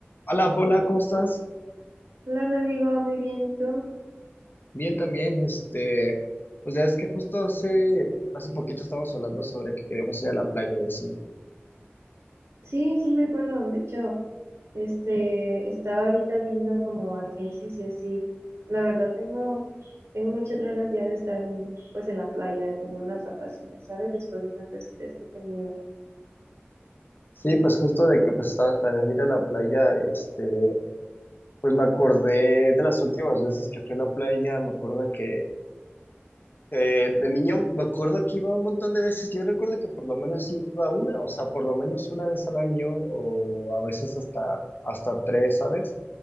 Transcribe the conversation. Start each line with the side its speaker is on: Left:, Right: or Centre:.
Left: Hola Paula, ¿cómo estás?
Right: Hola Rodrigo, muy bien, ¿y tú?
Left: Bien también, este, pues ya es que justo hace, hace poquito estábamos hablando sobre que queríamos ir a la playa y así.
Right: Sí, sí me acuerdo, de hecho, este, estaba ahorita viendo como agencias y así. La verdad tengo, tengo muchas ganas ya de estar en, pues en la playa, de tener unas vacaciones, ¿sabes? Después de tanto estrés que he tenido.
Left: Sí, pues justo de que pues estabas planeando ir a la playa, este, pues me acordé de las últimas veces que fui a la playa, me acuerdo que eh, de niño, me acuerdo que iba un montón de veces, yo recuerdo que por lo menos iba una, o sea, por lo menos una vez al año o a veces hasta, hasta tres, ¿sabes?